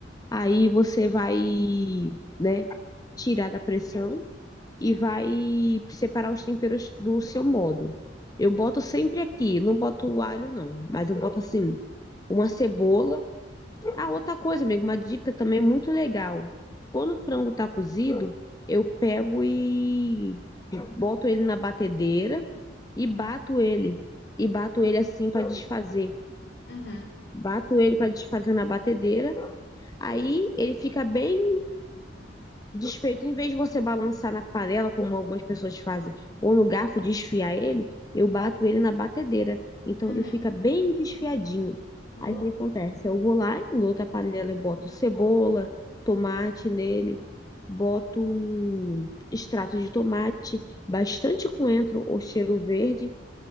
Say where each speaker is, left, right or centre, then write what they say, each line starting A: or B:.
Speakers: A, on the left; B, on the left.
A: aí você vai, né, tirar da pressão e vai separar os temperos do seu modo. Eu boto sempre aqui, não boto o alho não, mas eu boto assim, uma cebola. Ah, outra coisa, amigo, uma dica também muito legal. Quando o frango tá cozido, eu pego e boto ele na batedeira e
B: Uhum.
A: bato ele. E bato ele assim para desfazer.
B: Uhum,
A: Bato ele para desfazer na batedeira Aí ele fica bem desfeito. Em vez de você balançar na panela, como algumas pessoas fazem, ou no garfo desfiar ele, eu bato ele na batedeira. Então
B: uhum,
A: ele fica bem desfiadinho.
B: uhum,
A: Aí o que acontece? Eu vou lá, em outra panela eu boto cebola, tomate nele, boto extrato de tomate, bastante coentro ou cheiro verde.